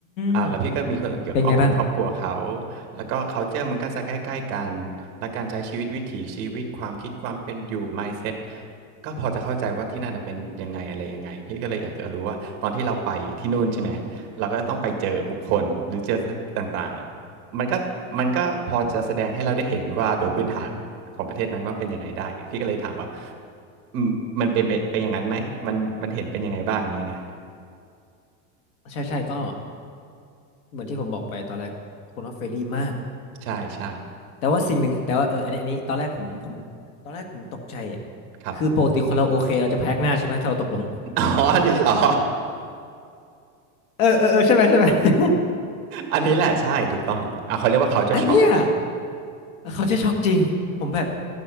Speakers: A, on the right; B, on the left.
A: อ่าแล้วพี่ก็มีคนเกี่ยวข้องกับครอบครัวเขา
B: มเป็นไงบ้าง
A: แล้วก็ culture มันก็จะใกล้ๆกันและการใช้ชีวิตวิถีชีวิตความคิดความเป็นอยู่ mindset ก็พอจะเข้าใจว่าที่นั่นน่ะเป็นยังไงอะไรยังไงพี่ก็เลยอยากจะรู้ว่าตอนที่เราไปที่นู่นใช่ไหมเราก็ต้องไปเจอบุคคลหรือเจอต่างๆอ่ะมันก็มันก็พอจะแสดงให้เราได้เห็นว่าโดยพื้นฐานของประเทศนั้นว่าเป็นยังไงได้ไงพี่ก็เลยถามว่าอืมมันเป็นไปเป็นอย่างนั้นไหมมันมันเห็นเป็นยังไงบ้างอย่างงี้ไง
B: ใช่ใช่ก็เหมือนที่ผมบอกไปตอนแรกคนออสเฟรลี่มาก
A: ใช่ใช่
B: แต่ว่าสิ่งหนึ่งแต่ว่าเอออันนี้อันนี้ตอนแรกผมผมตอนแรกผมตกใจอ่ะ
A: ครับ
B: คือปกติคนเราโอเคเราจะพยักหน้าใช่ไหมถ้าเราตกลง
A: <laughs> อ๋ออันนี้เหรอ
B: เออเออเออใช่ไหมใช่ไหม <laughs>
A: อันนี้แหละใช่ถูกต้องอ่ะเขาเรียกว่า culture
B: อันเนี้ย
A: shock
B: เขาจะช็อกจริงผมแบบ